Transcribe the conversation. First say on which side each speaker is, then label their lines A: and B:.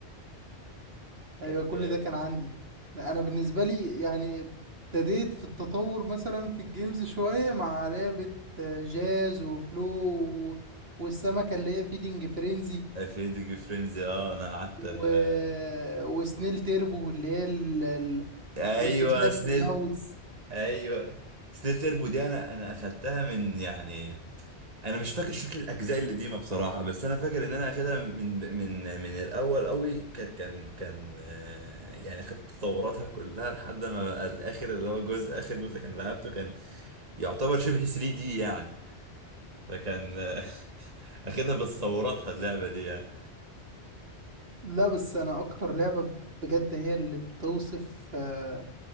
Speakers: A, on the right; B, on the right.
A: ايوه
B: كانت
A: كل ده كان عندي انا بالنسبه لي يعني ابتديت في التطور مثلا في الجيمز شويه مع لعبه آه، جاز وكلو و- والسمكه اللي هي فيدنج فرينزي
B: 20 ديجري فرينزي اه انا قعدت
A: و...
B: آه،
A: وسنيل تيربو اللي هي ال- ال-
B: ايوه
A: اللي بتتلعب
B: سنيل
A: بالماوس
B: ايوه سنيل تربو دي انا انا اخدتها من يعني انا مش فاكر شكل الاجزاء القديمه بصراحه بس انا فاكر ان انا اخدها من من من الاول قوي كان كان كان آه، يعني اخدت تطوراتها كلها لحد ما بقى الاخر اللي هو جزء اخر جزء كان لعبته كان يعتبر شبه 3 دي يعني فكان آه، <laughs> اخدها بتصوراتها اللعبه دي يعني
A: لا بس انا اكتر لعبه ب- بجد هي اللي بتوصف آه،